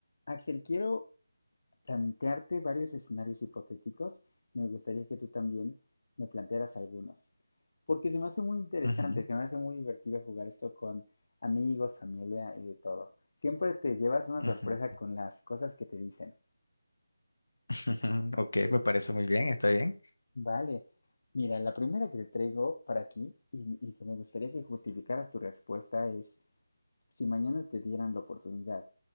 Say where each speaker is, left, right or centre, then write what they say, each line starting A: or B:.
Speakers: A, on the left (about 50°); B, on the left (about 70°).
A: Axel, quiero plantearte varios escenarios hipotéticos. Me gustaría que tú también me plantearas algunos, porque se me hace muy interesante,
B: Ujú,
A: se me hace muy divertido jugar esto con amigos, familia y de todo. Siempre te llevas una
B: ujú.
A: sorpresa con las cosas que te dicen.
B: <laughs> Ok, me parece muy bien, está bien.
A: Vale, mira, la primera que te traigo para aquí y, y que me gustaría que justificaras tu respuesta es, si mañana te dieran la oportunidad